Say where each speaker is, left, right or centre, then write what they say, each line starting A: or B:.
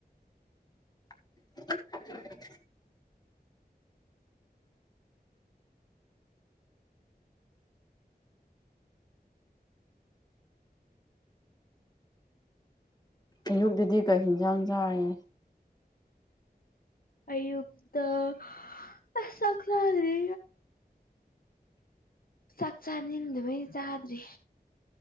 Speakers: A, on the left (about 25°); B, on the left (about 60°).
A: <inaudible> ꯑꯌꯨꯛꯇꯛꯇꯨꯗꯤ ꯀꯩ ꯌꯦꯟꯁꯥꯡ ꯆꯥꯔꯦ
B: ꯑꯌꯨꯛꯇꯛꯇ ꯑ ꯀꯂ ꯆꯥꯛ ꯆꯥꯅꯤꯡꯗꯨꯃꯩ ꯆꯥꯗ꯭ꯔꯤ